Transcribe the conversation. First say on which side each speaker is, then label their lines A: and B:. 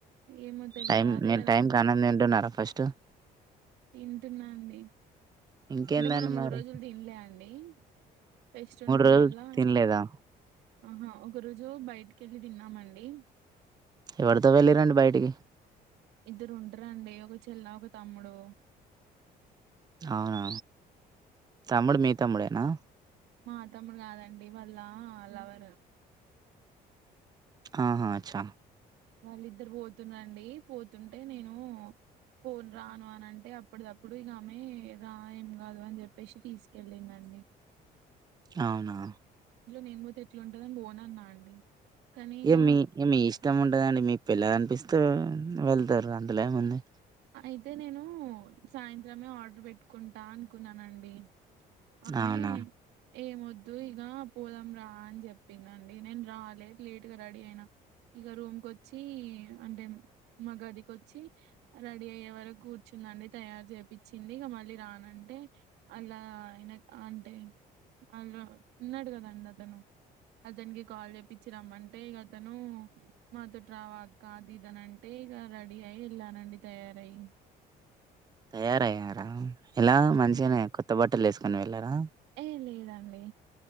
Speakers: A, on the right; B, on the right.
A: ఏమో తెల్వదు
B: టైం
A: అదే
B: మీరు
A: కదండి
B: టైమ్ కి అన్నం తింటున్నారా ఫస్ట్
A: తింటున్నా అండి
B: ఇంకేందండి
A: అంటే మొన్న మూడు
B: మరి?
A: రోజులు తినలే అండి ఫెస్ట్ ఉండుడు
B: రోజులు
A: వల్ల
B: తినలేదా?
A: ఆహా ఒక రోజు బయటికెళ్ళి తిన్నామండి
B: ఎవరితో వెళ్ళిరండి బయటికి
A: ఇద్దరుంటరండీ ఒక చెల్ల ఒక తమ్ముడు
B: అవునా తమ్ముడు మీ తమ్ముడేనా
A: మా తమ్ముడు కాదండి వాళ్ళ లవర్
B: ఆహా అచ్చా
A: వాళ్ళిద్దరు పోతున్నరండి పోతుంటే నేను పోన్ రాను అనంటే అప్పుటిదప్పుడు ఇక ఆమె రా ఏం కాదు అని చెప్పేసి తీసుకెళ్ళిందండి అండి
B: అవునా
A: నేను పోతే ఎట్లుంటదని పోన్నన్నా అండి కానీ ఇక
B: ఏ మీ మీ ఇష్టం ఉంటదండి మీకు వెళ్ళాలి అనిపిస్తే వెళ్తారు అందులేముంది
A: అయితే నేను సాయంత్రమే ఆర్డర్ పెట్టుకుంటా అనుకున్నానండి ఆమె
B: అవునా!
A: ఏమొద్దు ఇగ పోదాంరా అని చెప్పిందండి నేను రాలె లేట్గ రెడీ అయినా ఇగ రూమ్కొచ్చి అంటే మా గదికొచ్చి రెడీ అయ్యే వరకు కూర్చుందండి తయారు చేపిచ్చింది ఇగ మళ్ళీ రానంటే అల్ల అయ్ అంటే ఆహ్ ఉన్నడు కదండి అతను అతనికి కాల్ చెపిచ్చి రమ్మంటే ఇగ అతను మా తోటి రావ అక్క అ ది దనంటే ఇగ రెడీ అయి ఎల్లానండి తయరాయ్
B: తయారయ్యారా ఎలా మంచిగనే
A: అంటే
B: కొత్త బట్టలు వేసుకొని వెళ్లారా
A: ఏ లేదండి